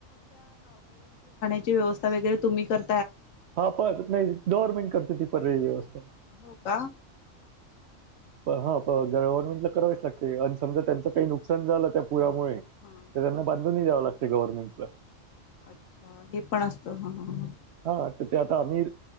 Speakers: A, on the left; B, on the right.
A: ्यस्था वगरे तु्ही कर
B: हा प नाही गवर्नमेंट करते ती प र व्यवस्था
A: हो का
B: हा प गव्हर्नमेंट ला करावीच लागते आणि समज त्यांच काही नुकसान ण झालं त्या पुळमुळे
A: हा
B: तर
A: हा
B: त्यांना बांधूनही द्यावं लागते गव्हर्नमेंट
A: अच्छा हे पण असतं ह ह
B: हा तर ते आता आम्ही